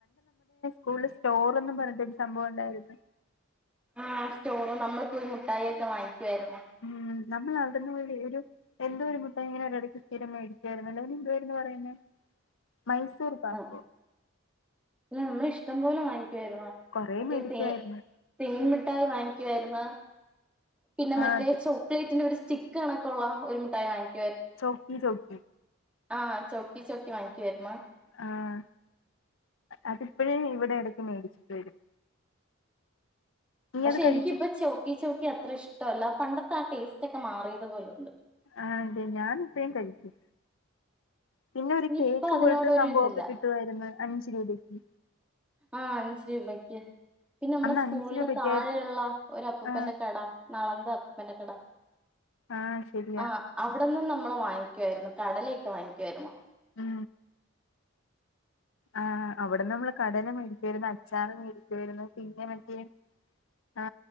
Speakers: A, on the left (about 65°); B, in the centre.
A: കൂടുതൽ സ്റ്റോറ ഒന്നും പറഞ്ഞിട്ടൊരു സംഭവം ഉണ്ടായിരുന്നു
B: ആഹ സ്റ്റോറ് നമ്മൾ പോയി മുഠായി ഒക്കെ വാങ്ങിക്കുവായിുന്ന
A: ഉം നമ്മൾ നടന്ന്ഒരു എന്തോ ഒരു മുട്ടായി സ്ഥിരം മേടിച്ചായിരുന്നുല്ലോനി എന്തു വരുന്നു പറയുന്നത് മൈസൂർ ബാക്കു
B: ആ ഇല്ല നമ്മൾ ഇഷ്ടം പോലെ വാങ്ങിക്കുവായിരുന്നു
A: കൊറേ
B: മറ്റേ
A: മേടിക്കുവായിരുന്നു
B: തേ തേൻമി യി വാങ്ങിക്കായിുന്ന പിന്നെ
A: ആ
B: മറ്റേ
A: അത്
B: ചോപലേറ്റിന്റെ ചിക്കണക്കുള്ള ഒക്കെ ഉള്ള ഒരു മിട്ടായി വാങ്ങിക്ക
A: ചോക്കി ചോക്കി
B: ആഹ് ചൊക്കി ചൊക്കി വാങ്ങിക്ക വരുന്നോ
A: ആഹ അതിപ്പോഴേ ഇവിടെ ഇടക്ക് മേടിച്ചിട്ട് വരും നീ
B: പക്ഷെ
A: അത് കഴിച്ചി
B: എനിക്കിപ്പ ചോക്കി ചോക്കി അത്ര ഇഷ്ടമല്ല പണ്ടത്തെ ആ ടേസ്റ്റ് ഒക്കെ മാറിയത്പോലുംണ്ട്
A: ആഹ അല്ലെ ഞാാനിപ്പും കഴിക്കും പിന്നെ ഒരു
B: ഇനിയിപ്പ
A: കേക്ക്
B: അതിനോടൊരു
A: പോലത്തെ സംഭവൊക്കെ
B: ഇതില്ല
A: കിട്ടുവായിരുന്നു അഞ്ചു രൂപക്ക്
B: ആഹ് അഞ്ച് രൂപക്ക് പിന്നെ നമ്മളെ
A: അന്ന്
B: സ്കൂളിന്റെ
A: അഞ്ച് രൂപയ്ക്കായിരു
B: താഴെയുള്ള ഒരു അപ്പപ്പന്റെ
A: ആ
B: കട നളന്ത അപ്പപ്പന്റെ കട
A: ആ ശരിയാ
B: ആഹ അവിടെന്ന് നമ്മൾ വാങ്ങിക്കുവായിരുന്നു കടലൊക്കെ വാങ്ങിക്കുവായിരുന്നു
A: ഉം ആഹ അവിടെ നമ്മള് കടല മേടിക്ക വരുന്നു അച്ചാറ് മേടിക്ക വരുന്നു പിന്നെ മറ്റെ ആ